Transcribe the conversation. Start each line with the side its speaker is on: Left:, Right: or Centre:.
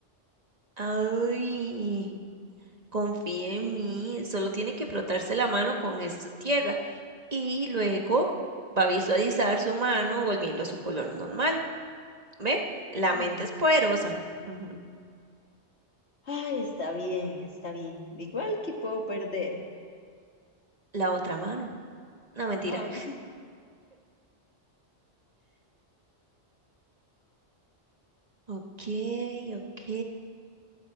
Right: Ay, confía en mí. Solo tiene que frotarse la mano con esta tierra y luego va a visualizar su mano volviendo a su color normal. ¿Ve? La
Left: Mm.
Right: mente es poderosa. Ujú.
Left: Ay, está bien, está bien. Igual que puedo perder.
Right: La otra mano. No, mentira.
Left: Ay,
Right: Ok, ok.